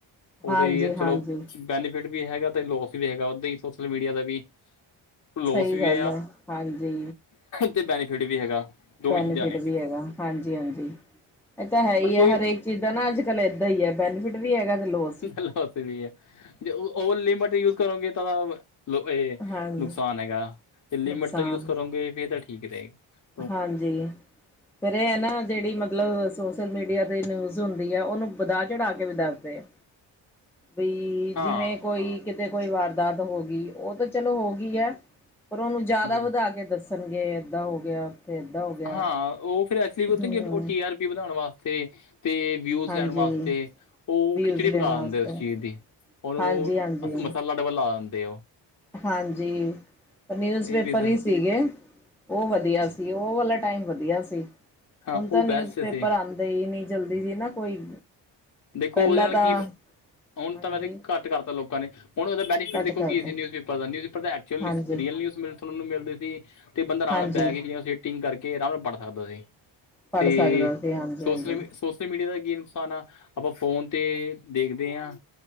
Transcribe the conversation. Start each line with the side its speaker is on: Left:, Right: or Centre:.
Left: ਉਹਦਾ
Centre: ਹਾਂਜੀ-ਹਾਂਜੀ,
Left: ਹੀ ਚਲੋ ਬੈਨੀਫਿਟ ਵੀ ਹੈਗਾ ਤੇ ਲੋਸ ਵੀ ਹੈਗਾ ਉਹਦਾ ਹੀ ਸੋਸ਼ਲ ਮੀਡੀਆ ਦਾ ਵੀ ਲੋਸ
Centre: ਸਹੀ
Left: ਵੀ
Centre: ਗੱਲ ਆ ਹਾਂਜੀ
Left: ਤੇ ਬੈਨੀਫਿਟ ਵੀ ਹੈਗਾ ਦੋਵੇਂ
Centre: ਬੈਨੀਫਿਟ
Left: ਚੀਜ਼ਾਂ ਨੇ
Centre: ਵੀ ਹੈਗਾ ਹਾਂਜੀ ਹਾਂਜੀ ਇਹ ਤਾਂ ਹੈ ਹੀ
Left: ਪਰ ਕੋਈ
Centre: ਹੈ ਹਰੇਕ ਚੀਜ਼ਾਂ ਨਾ ਅੱਜ ਕੱਲ ਇਦਾਂ ਹੀ ਹੈ ਬੈਨੀਫਿਟ ਵੀ ਹੈਗਾ ਤੇ ਲੋ
Left: ਅੱਜ ਕੱਲ ਉੱਥੇ ਵੀ ਹੈ ਜੇ ਓਵ ਲਿਮਿਟ ਯੂਜ ਕਰੋਗੇ ਤਾਂ ਮਤਲਬ ਇਹ
Centre: ਹਾਂਜੀ,
Left: ਨੁਕਸਾਨ ਹੈਗਾ ਤੇ ਲਿਮਿਟ
Centre: ਨੁਕਸਾਨ,
Left: ਤੱਕ ਯੂਜ ਕਰੋਗੇ ਫਿਰ ਤਾਂ ਠੀਕ ਰਹੇਗਾ
Centre: ਹਾਂਜੀ ਫਿਰ ਇਹ ਨਾ ਜਿਹੜੀ ਮਤਲਬ ਸੋਸ਼ਲ ਮੀਡੀਆ ਤੇ ਨਿਊਜ਼ ਹੁੰਦੀ ਆ ਉਹਨੂੰ ਵਧ ਚੜਾ ਕੇ ਵੀ ਦੱਸਦੇ ਆ ਬ
Left: ਹਾਂ
Centre: ਜਿਵੇਂ ਕੋਈ ਕਿਤੇ ਕੋਈ ਵਾਰਦਾਤ ਹੋ ਗਈ ਉਹ ਤਾਂ ਚਲੋ ਹੋ ਗਈ ਹੈ ਪਰ ਉਹਨੂੰ ਜ਼ਿਆਦਾ
Left: ਜੀ
Centre: ਵਧਾ ਕੇ ਦੱਸੋ ਪਰ ਗਏ ਇਦਾਂ ਹੋ ਗਿਆ ਫਿਰ ਇੱਧਾਂ ਹੋ ਗਿਆ।
Left: ਹਾਂ ਉਹ ਫਿਰ ਐਕਚੁਲੀ
Centre: ਹਮ
Left: ਕਿ ਉਹ ਟੀ ਆਰ ਪੀ ਵਧਾਉਣ ਵਾਸਤੇ ਤੇ ਵਿਊਜ਼
Centre: ਹਾਂਜੀ
Left: ਲੈਣ ਵਾਸਤੇ ਉਹ
Centre: ਵਿਊਜ਼
Left: ਖਿਚੜੀ
Centre: ਲੈਣ
Left: ਪਕਾ
Centre: ਵਾਸਤੇ
Left: ਦਿੰਦੇ ਉਸ ਚੀਜ਼ ਦੀ ਉਹਨੂੰ
Centre: ਹਾਂਜੀ ਹਾਂਜੀ।
Left: ਮਸਾਲਾ <unintelligible> ਦੇ ਉਹ
Centre: ਹਾਂਜੀ ਨਿਊਜ਼
Left: ਇਹ
Centre: ਪੇਪਰ
Left: ਰੀਜ਼ਨ
Centre: ਹੀ ਸੀਗੇ ਉਹ ਵਧੀਆ ਸੀ ਉਹ ਵਾਲਾ ਟਾਈਮ ਵਧੀਆ ਸੀ
Left: ਹਾਂ
Centre: ਹੁਣ ਤਾਂ
Left: ਉਹ ਬੈਸਟ
Centre: ਨਿਊਜ਼ ਪੇਪਰ
Left: ਸੀ
Centre: ਆਉਂ ਨਹੀਂ ਜਲਦੀ ਜੀ ਨਾ ਕੋਈ
Left: ਦੇਖੋ,
Centre: ਪਹਿਲਾਂ
Left: ਉਹਦੇ ਨਾਲ ਕੀ
Centre: ਤਾਂ
Left: ਅਣ
Centre: ਹਾਂਜੀ
Left: ਤਰ੍ਹਾਂ ਨਾ ਕੱਟ ਕਰਦਾ ਲੋਕਾਂ ਨੇ। ਹੁਣ ਬੇਨੀਫਿਟ
Centre: ਘੱਟ
Left: ਦੇਖੋ
Centre: ਕਰਦੋ
Left: ਕੀ ਨਿਊਜ਼ ਪੇਪਰ ਦਾ। ਨਿਊਜ਼ ਪੇਪਰ ਐਕਚੁਅਲੀ
Centre: ਹਾਂਜੀ
Left: ਲਿਸਟ ਰੀਅਲ ਨਿਊਜ਼ ਮਿਲਦੇ ਸੀ। ਤੇ ਬੰਦਾ ਆਰਾਮ
Centre: ਹਾਂਜੀ
Left: ਨਾਲ ਬਹਿ ਕੇ ਜ ਸੀਟਿੰਗ ਕਰਕੇ ਆਰਾਮ ਨਾਲ ਪੜ੍ਹ ਸਕਦਾ ਸੀ।
Centre: ਪੜ੍ਹ
Left: ਤੇ
Centre: ਸਕਦਾ ਸੀ ਹਾਂਜੀ
Left: ਸੋਸ਼ਲ
Centre: ਹਾਂਜੀ
Left: ਸੋਸ਼ਲ ਮੀਡੀਆ ਦਾ ਕੀ ਨੁਕਸਾਨ ਆ ਆਪਾਂ ਫੋਨ ਤੇ ਦੇਖਦੇ ਆ